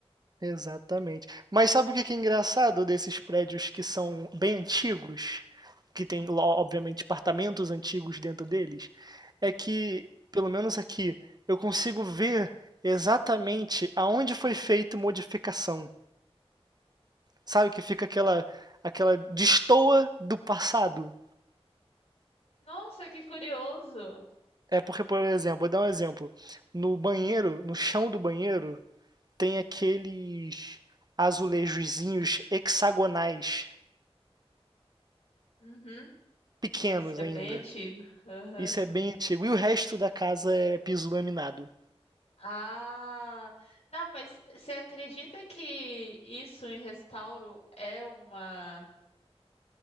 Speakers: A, on the right; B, on the left.
A: Exatamente. Mas sabe o que que é engraçado desses prédios que são bem antigos, que tem, lo- obviamente, apartamentos antigos dentro deles? É que, pelo menos aqui, eu consigo ver exatamente aonde foi feita modificação. Sabe que fica aquela, aquela destoa do passado.
B: Nossa, que curioso.
A: É porque, por exemplo, vou dar um exemplo. No banheiro, no chão do banheiro, tem aqueles azulejozinhos hexagonais,
B: Uhum.
A: pequenos
B: Isso é
A: ainda.
B: bem antigo. Aham.
A: Isso é bem antigo. E o resto da casa é piso laminado.
B: Ah, não, mas você acredita que isso em restauro é uma